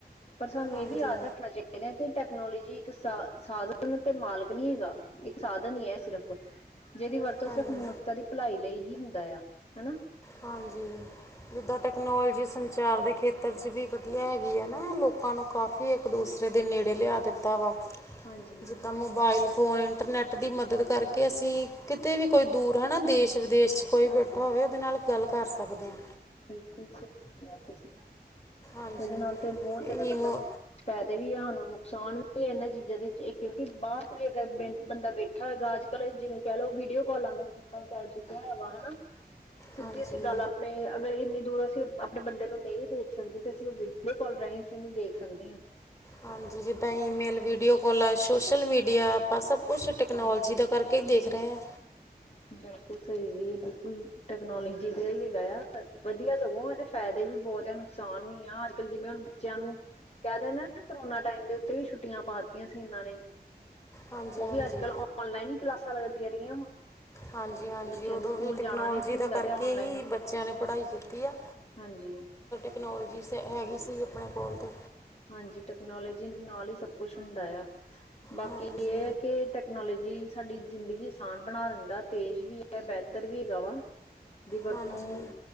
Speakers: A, on the left; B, on the left.
A: ਪਰ ਸਾਨੂੰ
B: ਹਾਂਜੀ
A: ਏਹ ਵੀ ਯਾਦ ਰੱਖਨਾ ਚਾਈਦਾ ਐ ਕਿ ਟੈਕਨੋਲੋਜੀ ਇੱਕ ਸਾ ਸਾਧਨ ਤੇ ਮਾਲਕ ਨੀ ਹੈਗਾ ਇੱਕ ਸਾਧਨ ਹੀ ਏ ਸਿਰਫ਼। ਜਿਦੀ ਵਰਤੋਂ
B: ਹਾਂਜੀ
A: ਸਿਰਫ ਮਨੁੱਖਤਾ ਦੀ ਭਲਾਈ ਲਈ ਹੀ ਹੁੰਦਾ ਆ, ਹੈਨਾ।
B: ਹਾਂਜੀ ਜਿੱਦਾਂ ਟੈਕਨੋਲਜੀ ਸੰਚਾਰ ਦੇ ਖੇਤਰ ਚ ਵੀ ਵਧੀਆ ਹੈਗੀ ਆ ਨਾ ਲੋਕ ਲੋਕਾਂ ਨੂੰ ਕਾਫੀ ਏਕ-ਦੂਸਰੇ ਦੇ ਨੇੜੇ ਲਿਆ ਦਿੱਤਾ ਵਾ,
A: ਹਾਂਜੀ।
B: ਜਿੱਦਾਂ ਮੋਬਾਇਲ ਫੋਨ ਇੰਟਰਨੈੱਟ ਦੀ ਮਦਦ ਕਰਕੇ ਅਸੀਂ ਕਿਤੇ ਵੀ ਕੋਈ ਦੂਰ ਹੈਨਾ ਦੇਸ਼-ਵਿਦੇਸ਼ ਚ ਕੋਈ
A: ਹਾਂਜੀ
B: ਬੈਠਾ
A: ਹਾਂਜੀ
B: ਹੋਵੇ ੳਦੇ ਨਾਲ ਗੱਲ ਕਰ ਸਕਦੇ ਆ।
A: ਬਿਲਕੁਲ ਸਹੀ ਕਿਹਾ ਤੁਸੀ।
B: ਹਾਂਜੀ
A: ਏਦੇ ਨਾਲ ਤੇ ਬੋਹਤ ਜਾਦਾ ਮਤਲਬ
B: ਈਮੋ
A: ਫੈਦੇ ਵੀ ਆਨੂੰ ਨੁਕਸਾਨ ਵੀ ਏਨਾਂ ਚੀਜਾ ਦੇ ਜੇ ਕਿਉਂਕਿ ਬਾਹਰ ਤੋਂ ਹੀ ਅਗਰ ਬੰਦਾ ਬੈਠਾ ਹੋਏਗਾ ਜਿਵੇਂ ਕੈ ਲੳ ਵੀਡੀਓ ਕਾੱਲਾਂ ਦਾ ਸਿਸਟਮ ਚਲ ਚੁੱਕਾ ਹੈਗਾ ਹੈਨਾ ਸਿੱਧੀ
B: ਹਾਂਜੀ
A: ਅਸੀ ਗੱਲ ਆਪ ਆਪਣੇ ਅਗਰ ਇੰਨੀ ਦੂਰ ਅਸੀਂ ਆਪਣੇ ਤੇ ਤੇ ਅਗਰ ਏਨੀ ਦੂਰੋਂ ਅਸੀ ਅਪਨੇ ਬੰਦੇ ਨੂੰ ਨਈ ਦੇਖ ਸਕਦੇ ਤੇ ਅਸੀਂ ੳਹ ਵੀਡੀਓ ਕਾੱਲ ਰਾਹੀ ਅਸੀਂ ੳਨੂੰ ਦੇਖ ਸਕਦੇ ਆ।
B: ਹਾਂਜੀ ਜਿੱਦਾਂ ਈਮੇਲ, ਵੀਡੀਓ ਕਾੱਲਾ, ਸੋਸ਼ਲ ਮੀਡੀਆ, ਆਪਾਂ ਸਭ ਕੁਛ ਟੈਕਨੋਲਜੀ
A: ਹਾਂਜੀ
B: ਦਾ ਕਰਕੇ ਈ ਦੇਖ ਰਹੇ ਆ।
A: ਬਿਲਕੁਲ ਸਹੀ ਜੀ ਬਿਲਕੁਲ ਟੈਕਨੋਲਜੀ ਦਾ ਹੀ ਹੈਗਾ ਆ ਵਧੀਆ ਸਗੋਂ ਏ ਤੇ ਫੈਦੇ ਵੀ ਬੋਹਤ ਆ, ਨੁਕਸਾਨ ਵੀ ਆ। ਅੱਜ ਕੱਲ ਜਿਵੇਂ ਹੁਨ ਬੱਚੇਆਂ ਨੂੰ ਕੈ ਦੇ ਨਾਂ ਕਰੋਨਾ ਟਾਈਮ ਦੇ ਉਤੇ ਵੀ ਛੁੱਟੀਆਂ ਪਾ ਤੀਆਂ ਸੀ ਏਨਾਂ ਨੇ।
B: ਹਾਂਜੀ
A: ੳਹ
B: ਹਾਂਜੀ
A: ਵੀ ਅੱਜ ਕੱਲ ਔਨਲਾਈਨ ਈ ਕਲਾਸਾਂ ਲੱਗਦੀਆਂ ਰਹੀਆਂ ਵਾ।
B: ਹਾਂਜੀ ਹਾਂਜੀ
A: ਬੱਚਿਆਂ
B: ੳਦੋਂ
A: ਦੇ ਸਕੂਲ
B: ਵੀ ਟੈਕਨੋਲਜੀ
A: ਜਾਣਾ ਨਹੀਂ ਸੀ
B: ਦਾ
A: ਹੁੰਦਾ
B: ਕਰਕੇ
A: ਤੇ ਔਨਲਾਈਨ
B: ਹੀ ਬੱਚੇਆਂ ਨੇ ਪੜਾਈ ਕੀਤੀ ਆ।
A: ਹਾਂਜੀ।
B: ਟੈਕਨੋਲਜੀ ਸ ਹੈਗੀ ਸੀ ਅਪਨੇ ਕੋਲ ਤੇ
A: ਹਾਂਜੀ ਟੈਕਨੋਲੋਜੀ ਨਾਲ ਹੀ ਸਭ ਕੁਛ ਹੁੰਦਾ ਆ। ਬਾਕੀ
B: ਹਾਂਜੀ
A: ਏ ਹੈ ਕਿ ਟੈਕਨੋਲਜੀ ਸਾਡੀ ਜ਼ਿੰਦਗੀ ਆਸਾਨ ਬਨਾ ਦਿੰਦਾ, ਤੇਜ਼ ਵੀ ਏ, ਬੈਤਰ ਵੀ ਹੈਗਾ ਵਾ ਦੀ ਵਰਤੋਂ
B: ਹਾਂਜੀ